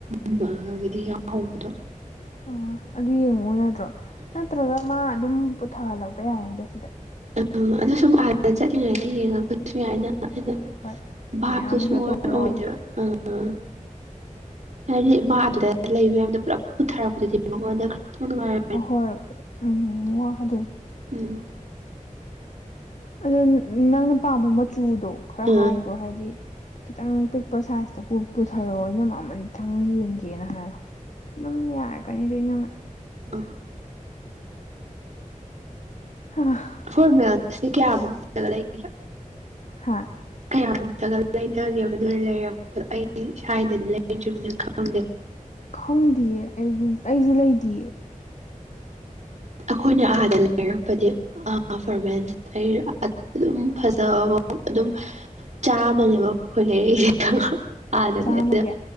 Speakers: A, on the right; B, on the left.
A: ꯏꯝꯒꯤꯗꯤ ꯌꯥꯎꯍꯧꯕꯗꯣ
B: ꯑꯣ ꯑꯗꯨ ꯌꯦꯡꯉꯛꯑꯣ ꯌꯥꯗ꯭ꯔꯣ ꯅꯠꯇ꯭ꯔꯒ ꯃꯥ ꯑꯗꯨꯝ ꯄꯨꯊꯍꯜꯂꯛꯄ ꯌꯥꯅꯤꯗꯣ ꯁꯤꯗ
A: ꯎꯝ ꯑꯗꯣ ꯁꯨꯝ ꯑꯥꯗ ꯆꯠꯂꯤꯉꯩꯗ ꯌꯦꯡꯉꯛꯄꯗꯁꯨ ꯌꯥꯏꯅ ꯑꯗꯣ
B: ꯍꯣꯏ
A: ꯕꯁꯨ
B: ꯃꯌꯥꯝꯁꯨ
A: ꯁꯉ
B: ꯑꯇꯣꯞꯄ
A: ꯑꯣꯏꯗꯦꯕ
B: ꯌꯥꯎꯕꯗꯣ
A: ꯑ ꯑ ꯍꯥꯏꯔꯤ ꯃꯥ ꯑꯗꯨꯗ ꯂꯩ ꯃꯌꯥꯝꯗꯣ ꯄꯨꯂꯞ ꯄꯨꯊꯔꯛꯄꯗꯨꯗꯤ ꯃꯉꯣꯟꯗ ꯈꯔꯇꯪ ꯉꯥꯏ
B: ꯑꯍꯣꯏ ꯎꯝ ꯎꯝ ꯋꯥꯗꯣꯏꯅꯤ
A: ꯎꯝ
B: ꯑꯗꯣ ꯅꯪꯅ ꯄꯥꯝꯕ ꯃꯆꯨꯗꯣ ꯈꯔ
A: ꯑꯥ
B: ꯍꯥꯏ ꯭ꯔꯣ ꯍꯥꯏꯗꯤ ꯈꯤꯇꯪ ꯄꯤꯛꯄ ꯁꯥꯏꯖꯇ ꯄꯨꯊꯔꯛꯑꯣ ꯑꯩꯅ ꯃꯃꯜ ꯈꯤꯇꯪ ꯌꯦꯡꯒꯦꯅ ꯍꯥꯏꯔꯣ ꯅꯪ ꯌꯥ ꯀꯅꯤꯗ ꯅ
A: ꯕꯥ
B: ꯑ
A: ꯈꯣꯏ ꯃꯌꯥꯝꯁꯦ ꯀꯌꯥꯃꯨꯛꯀ ꯂꯩꯒꯦ
B: ꯍꯥꯥ
A: ꯀꯌꯥꯃꯨꯛꯇꯒ ꯂꯩꯊꯒꯦꯕ ꯑꯗꯨ ꯂꯩꯔꯛꯄꯗꯣ ꯑꯩ ꯁ꯭ꯋꯥꯏꯗꯗꯤ ꯂꯩꯗ꯭ꯔꯤꯕꯅ ꯈꯪꯗꯦꯕ
B: ꯈꯪꯗꯌꯦ ꯑꯩ ꯑꯩꯁꯨ ꯂꯩꯗꯤꯌꯦ
A: ꯑꯩꯈꯣꯏꯅ ꯑꯥꯗ ꯂꯩꯔꯦ ꯍꯥꯏꯔꯛꯄꯗꯤ ꯐꯣꯔꯃꯦꯟꯁ ꯑꯗꯨꯝ ꯐꯖ ꯑꯗꯨꯝ ꯆꯥꯃꯅꯦꯕ ꯑꯩꯈꯣꯏ ꯂꯩꯔꯛꯏꯁꯦ ꯍꯥꯟꯅꯗꯤ
B: ꯆꯥꯝꯃꯒꯤ
A: ꯑꯗꯨꯗ